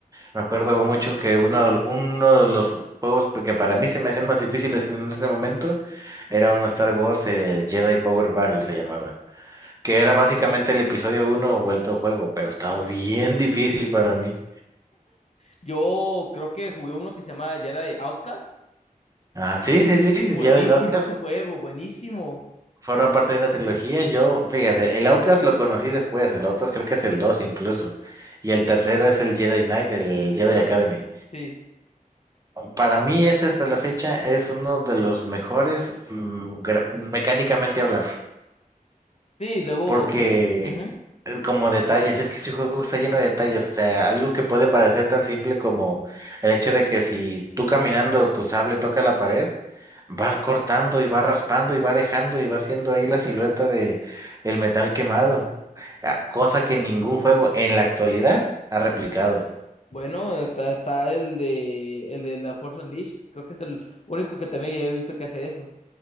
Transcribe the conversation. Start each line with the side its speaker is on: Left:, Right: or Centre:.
Right: Me acuerdo mucho que uno, uno de los juegos que para mí se me hacían más difíciles en ese momento era uno Star Wars, el Jedi Power Battle se llamaba. Que era básicamente
Left: Ujú.
Right: el episodio uno vuelto juego, pero estaba bien difícil para mí.
Left: Yo creo que jugué uno que se llama Jedi Outcast.
Right: Ah, sí, sí, sí,
Left: Buenísimo
Right: Jedi Outcast
Left: ese juego, buenísimo.
Right: Forma parte de una trilogía. Yo, fíjate, el Outlast lo conocí después. El Outlast creo que es el 2 incluso. Y el tercero es el Jedi Knight, el Jedi Academy.
Left: Sí.
Right: Para mí ese hasta la fecha es uno de los mejores mm, gra- mecánicamente hablando
Left: Sí, luego
Right: porque
Left: creo- ujú.
Right: eh, como detalles, es que este juego está lleno de detalles, o sea, algo que puede parecer tan simple como el hecho de que si tú caminando tu sable toca la pared, va cortando y va raspando y va dejando y va haciendo ahí la silueta de el metal quemado, ah, cosa que ningún juego en la actualidad ha replicado.
Left: Bueno, está, está el de el de la Force Unleashed. Creo que es el único que también he visto que hace eso.